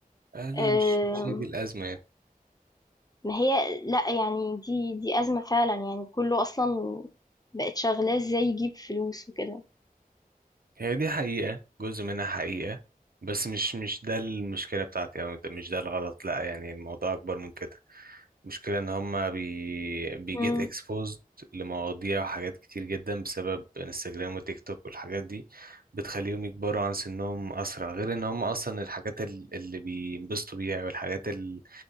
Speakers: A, on the right; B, on the left.
A: آه لا
B: آم،
A: مش مش هي دي الازمه يعني
B: ما هي لأ، يعني دي دي أزمة فعلًا، يعني كُلّه أصلًا بقت شغّلاه إزاي يجيب فلوس وكده.
A: هي دي حقيقة جزء منها حقيقة بس مش مش ده المشكلة بتاعتي أو ده- مش ده الغلط لأ يعني الموضوع أكبر من كده المشكلة إن هما بي بيجيت
B: إمم.
A: اكسبوزد لمواضيع وحاجات كتير جدا بسبب انستجرام وتيك توك والحاجات دي بتخليهم يكبروا عن سنهم أسرع غير إن هما أصلا الحاجات ال- اللي بينبسطوا بيها والحاجات ال-